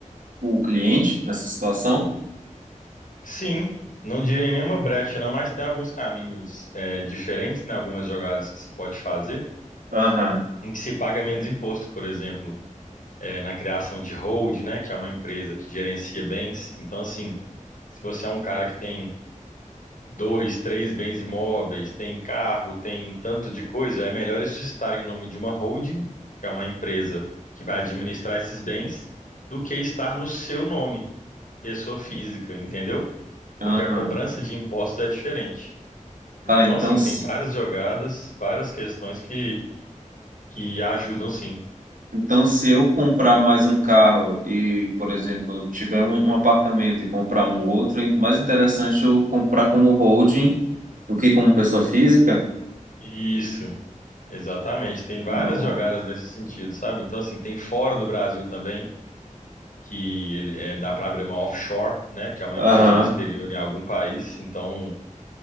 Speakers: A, on the right (about 85°); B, on the left (about 75°).
A: o cliente nessa situação?
B: Sim, não direi nenhuma brecha, não, mas tem alguns caminhos é, diferentes, né? Algumas jogadas que se pode fazer,
A: Aham,
B: em que se paga menos imposto, por exemplo, é, na criação de hold, né? Que é uma empresa que gerencia bens. Então, assim, se você é um cara que tem dois, três bens imóveis, tem carro, tem tanto de coisa, é melhor isso estar em nome de uma holding, que é uma empresa que vai administrar esses bens, do que estar no seu nome pessoa física, entendeu?
A: aham.
B: Porque a cobrança de impostos é diferente.
A: Tá,
B: Então,
A: então,
B: assim,
A: s-
B: tem várias jogadas, várias questões que, que ajudam sim.
A: então se eu comprar mais um carro e, por exemplo, tiver um, um apartamento e comprar um outro, é mais interessante eu comprar como holding do que como pessoa física?
B: Isso, exatamente. Tem várias
A: No.
B: jogadas nesse sentido, sabe? Então, assim, tem fora do Brasil também, que ele, é, dá para abrir uma offshore, né? Que é uma
A: Aham,
B: empresa do exterior em algum país. Então,